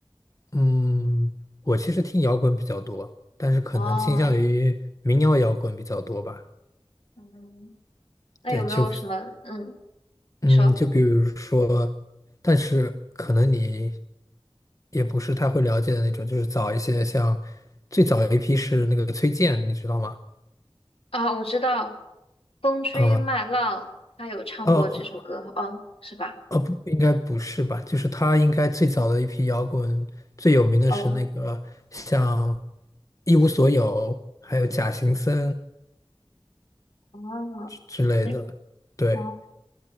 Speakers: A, on the left; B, on the left.
A: 嗯，我其实听摇滚比较多，但是可能倾向于民谣摇滚比较多吧。
B: 哦，嗯那有没有什么嗯？
A: 对，就
B: 你说
A: 嗯，就比如说，但是可能你也不是太会了解的那种，就是早一些像，最早一批是那个崔健，你知道吗？
B: 啊，我知道《风吹麦浪》，
A: 啊、
B: 他有唱过这首歌，
A: 哦
B: 哦，是吧？
A: 哦不，应该不是吧？就是他应该最早的一批摇滚，最有名的是那个像
B: 哦，
A: 《一无所有》，还有《假行僧》
B: 哦，
A: 之之类的。
B: 嗯
A: 对，
B: 哦，